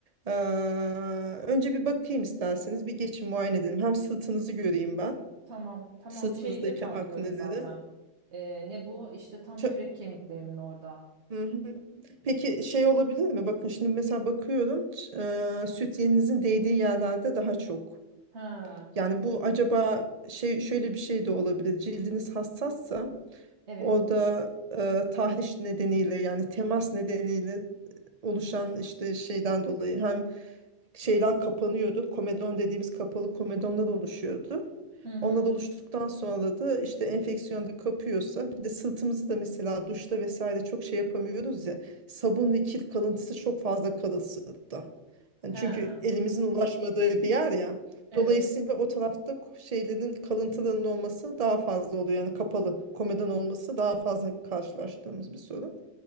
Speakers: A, on the right (about 30°); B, on the right (about 55°).
A: eee, önce bir bakayım isterseniz. Bir geçin muayene edelim. Hem sırtınızı göreyim ben.
B: Tamam, tamam.
A: Sırtınızdaki
B: Şeyde tam
A: akneleri.
B: böyle zaten. Ee, ne bu? İşte tam
A: Ç-
B: kürek kemiklerimin orada.
A: Hı hı. Peki şey olabilir mi? Bakın şimdi mesela bakıyorum. ç- eee, süt yeğeninizin değdiği yerlerde daha çok.
B: Ha,
A: Yani bu acaba şey şöyle bir şey de olabilir. Cildiniz hassassa
B: evet.
A: Orada e, tahriş nedeniyle yani temas nedeniyle oluşan işte şeyden dolayı hem şeyler kapanıyordu. Komedon dediğimiz kapalı komedonlar oluşuyordu.
B: Hı hı.
A: Onlar oluştuktan sonra da işte enfeksiyon da kapıyorsa bir de sırtımızı da mesela duşta vesaire çok şey yapamıyoruz ya. Sabun ve kir kalıntısı çok fazla kalır sırtta. Hani
B: Ha,
A: çünkü elimizin ulaşmadığı bir yer ya.
B: evet.
A: Dolayısıyla o tarafta şeylerin kalıntılarının olması daha fazla oluyor. Yani kapalı komedon olması daha fazla karşılaştığımız bir sorun.